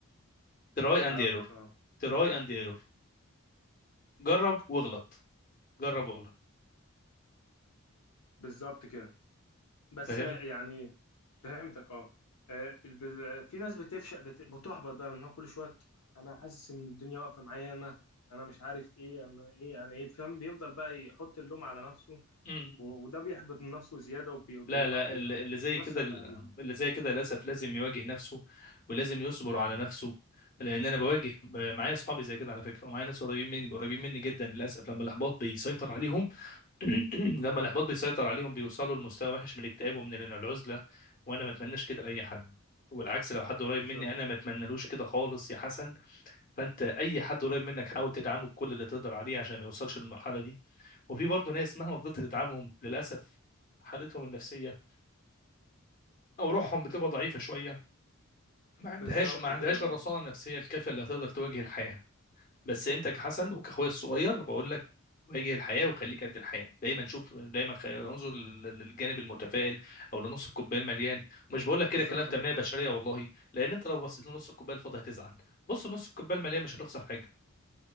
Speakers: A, on the left (about 40°); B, on the left (about 85°).
A: تراي
B: فاهمك
A: اند ايرور
B: اه
A: تراي اند ايرور جرب واغلط جرب واغلط
B: بالظبط كده بس
A: فاهم
B: آه، يعني فهمتك اه آه، الب- آه، في ناس بتفشل بت- بتحبط بقى من هو كل شويه انا حاسس ان الدنيا واقفه معايا انا انا مش عارف ايه انا ايه انا ايه فاهم بيفضل بقى يحط اللوم على نفسه
A: امم
B: و- وده بيحبط من نفسه زيادة وبيكسر
A: لا لا ال- اللي زي كده
B: مهاريته
A: اللي زي كده للاسف لازم يواجه نفسه ولازم يصبر على نفسه لان انا بواجه ب- معايا اصحابي زي كده على فكره ومعايا ناس قريبين مني قريبين مني جدا للاسف لما الاحباط بيسيطر عليهم <clears throat> لما الاحباط بيسيطر عليهم بيوصلوا لمستوى وحش من الاكتئاب ومن ال- العزله وانا ما اتمناش كده لاي حد والعكس لو حد قريب
B: بالظبط
A: مني انا ما اتمنالوش كده خالص يا حسن فانت اي حد قريب منك حاول تدعمه بكل اللي تقدر عليه عشان ما يوصلش للمرحله دي وفي برضه ناس مهما فضلت تدعمهم للاسف حالتهم النفسيه او روحهم بتبقى ضعيفه شويه ما عندهاش
B: بالظبط
A: ما عندهاش
B: كده
A: الرصانه
B: اه
A: النفسيه الكافيه اللي هتقدر تواجه الحياه بس انت كحسن وكاخويا الصغير بقول لك واجه الحياه وخليك قد الحياه دايما شوف دايما خ... انظر لل- للجانب المتفائل او لنص الكوبايه المليان مش بقول لك
B: بالظبط
A: كده كلام تنميه
B: ما-
A: بشريه والله لان انت لو بصيت لنص الكوبايه الفاضي هتزعل بص نص الكوبايه المليان مش هتخسر حاجه